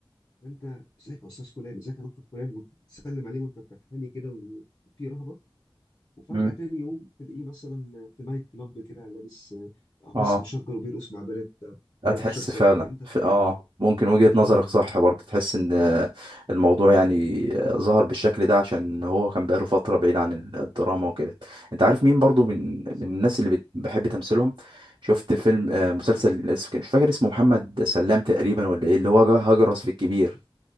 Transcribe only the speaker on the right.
امم
اه
هتحس
فعلا
ف... اه
ممكن وجهة نظرك
صح برضه تحس ان آه، الموضوع يعني آه، ظهر بالشكل ده عشان هو كان بقاله فترة بعيد عن ال- الدراما وكده انت عارف مين برضه من من
الناس اللي بت... بحب تمثيلهم شفت فيلم آه، مسلسل
اسمه مش فاكر اسمه محمد سلام تقريبا ولا ايه اللي هو جه هجرس في الكبير